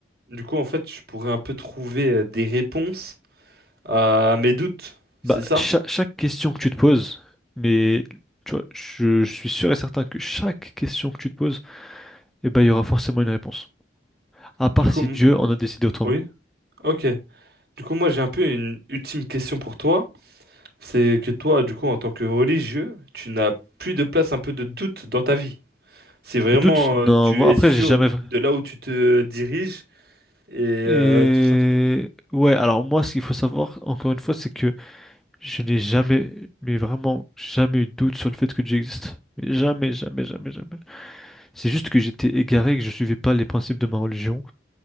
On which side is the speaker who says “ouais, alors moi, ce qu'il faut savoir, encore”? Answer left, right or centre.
Centre